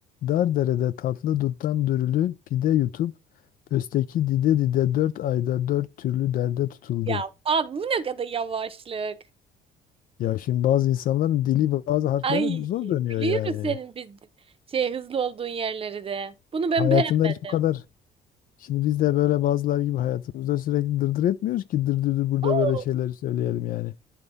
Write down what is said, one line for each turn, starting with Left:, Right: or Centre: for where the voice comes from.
Left: dar derede tatlı duttan dürülü pide yutup, pösteki dide dide dört ayda dört türlü derde tutuldu.
Right: Ya abi bu ne kadar yavaşlık.
Left: Ya şimdi bazı insanların dili bazı harflere
Right: Ay
Left: zor dönüyor
Right: biliyoruz
Left: yani.
Right: senin biz şey hızlı olduğun yerleri de. Bunu ben
Left: Hayatımda
Right: beğenmedim.
Left: hiç bu kadar. Şimdi biz de böyle bazılar gibi hayatımızda sürekli dırdır etmiyoruz ki dırdırdır burada
Right: Oo,
Left: böyle şeyleri söyleyelim yani.